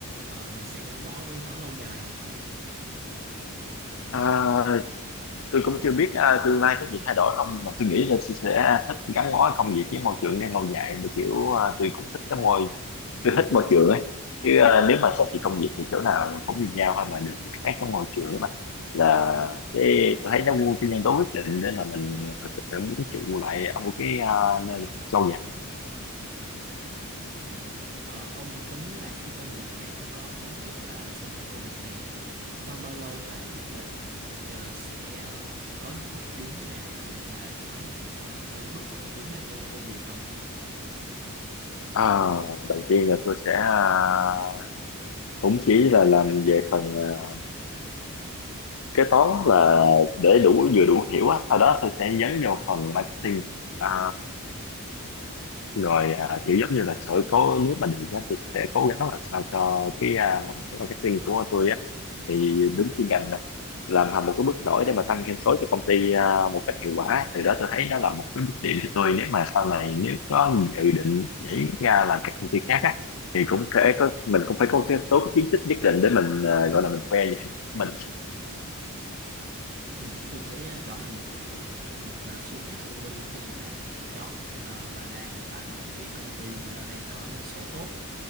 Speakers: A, on the right; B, on the left.
A: ờ, mình sẽ gắn bó với nó lâu dài không
B: à, tôi cũng chưa biết à, tương lai có gì thay đổi không nhưng mà tôi nghĩ là tôi sẽ thích gắn bó công việc với môi trường này lâu dài mà kiểu à, tôi cũng thích cái môi tôi thích môi trường ấy chứ ờ, nếu mà xét về công việc thì chỗ nào cũng như nhau thôi mà được khác cái môi trường mà là cái tôi thấy nó vô cái nhân tố quyết định để mà mình thực sự muốn trụ lại ở một cái ờ, nơi mình trau dồi
A: ừ. Ờ, ông tính làm cái công việc này ông có tính trước là sẽ làm công việc này trong bao lâu và dự định ờ, sẽ ờ, có những bước tiến nào cũng như là có những ờ, cái bước thăng tiến nào trong công việc không
B: Ờ, đầu tiên là tôi sẽ ờ, cũng chỉ là làm về phần ờ, kế toán là để đủ vừa đủ hiểu á sau đó tôi sẽ dấn vào phần marketing Ờ, rồi à, kiểu giống như là sẽ cố nếu mà được á, tôi sẽ cố gắng là sao cho cái à, cái marketing của tôi á thì đứng chuyên ngành nè, làm hầm một cái bước nổi để mà tăng doanh số cho công ty à, một cách hiệu quả từ đó tôi thấy nó là một cái bước điểm cho tôi nếu mà sau này nếu có dự định nhảy ra làm các công ty khác á thì cũng thể có mình cũng phải có cái số cái chiến tích nhất định để mình à, gọi là mình khoe về thành tích của mình
A: Ừ, tôi thấy á, đó là một kiểu một à, suy nghĩ thông minh khi mà chọn à, và làm tại một cái công ty mà nó đang có doanh số tốt.